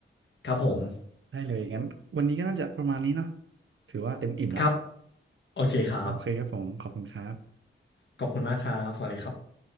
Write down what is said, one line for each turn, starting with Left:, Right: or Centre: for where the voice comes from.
Left: ครับผม
Right: ได้เลยงั้นวันนี้ก็น่าจะประมาณนี้เนาะถือว่าเต็มอิ่มละ
Left: ครับโอเคครับ
Right: โอเคครับผมขอบคุณครับ
Left: ขอบคุณมากครับสวัสดีครับ